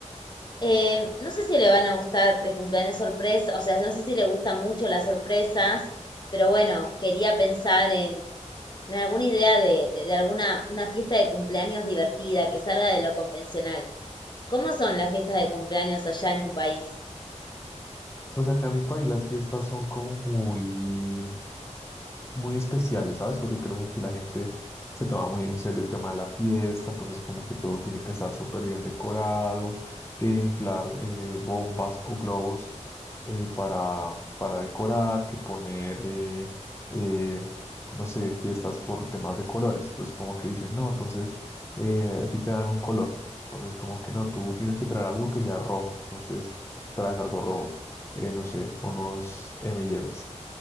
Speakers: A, on the left; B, on the left.
A: Eh, no sé si le van a gustar el cumpleaños sorpresa, o sea, no sé si le gustan mucho las sorpresas, pero bueno, quería pensar en, en alguna idea de, de- de alguna una fiesta de cumpleaños divertida que salga de lo convencional. ¿Cómo son las fiestas de cumpleaños allá en tu país?
B: Pues acá en mi país las fiestas son como muy, muy especiales, ¿sabes? Porque creo que aquí la gente se toma muy en serio el tema de la fiesta, entonces como que todo tiene que estar súper bien decorado, que inflar eh, bombas o globos eh, para, para decorar, que poner, eh, eh, no sé, fiestas por temas de colores. Entonces como que dicen, no, entonces eh, a ti te dan un color. Entonces como que no, tú tienes que traer algo que sea rojo. Entonces traes algo rojo, eh, no sé, unos M&M's.